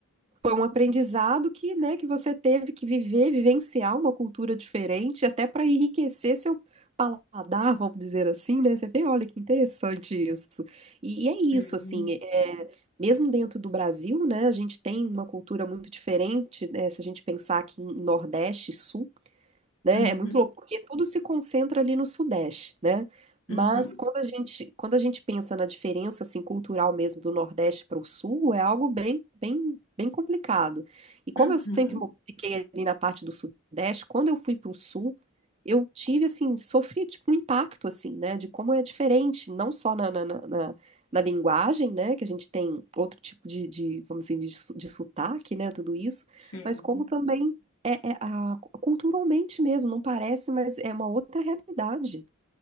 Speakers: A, on the right; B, on the left.
A: foi um aprendizado que, né, que você teve que viver, vivenciar uma cultura diferente, até para enriquecer seu paladar, vamos dizer assim, né? Você vê, olha que interessante isso. E, e é
B: Sim.
A: isso, assim, é, mesmo dentro do Brasil, né, a gente tem uma cultura muito diferente, né, se a gente pensar aqui em Nordeste e Sul. né?
B: Uhum,
A: É muito louco, porque tudo se concentra ali no Sudeste, né? Mas
B: uhum,
A: quando a gente, quando a gente pensa na diferença assim cultural mesmo do Nordeste para o Sul, é algo bem, bem, bem complicado. E como
B: uhum.
A: eu sempre mo- fiquei ali na parte do Sudeste, quando eu fui para o Sul, eu tive assim, sofri tipo um impacto assim, né? De como é diferente, não só na, na, na, na- na linguagem, né? Que a gente tem outro tipo de, de vamos dizer, de, su- de sotaque, né? Tudo isso,
B: Sim.
A: mas como também é, é a, culturalmente mesmo, não parece, mas é uma outra realidade.